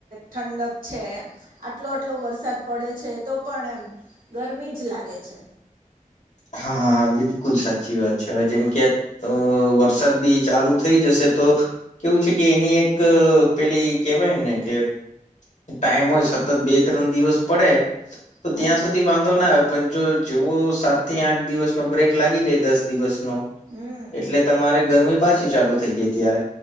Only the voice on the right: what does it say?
ઠંડક છે આટલો આટલો વરસાદ પડે છે તો તો પણ એમ ગરમી જ લાગે છે.
હમ
હમ